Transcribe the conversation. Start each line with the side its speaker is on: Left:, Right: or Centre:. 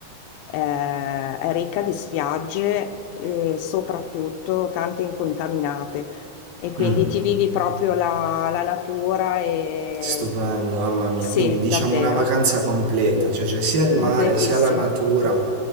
Left: eh, è ricca di spiagge e soprattutto tante incontaminate. E quindi
Right: mm.
Left: ti vivi proprio la, la natura e
Right: Stupendo, mamma mia.
Left: sì,
Right: Quindi diciamo
Left: davvero,
Right: una vacanza completa, cioè c'è sia il mare
Left: completissima.
Right: sia la natura,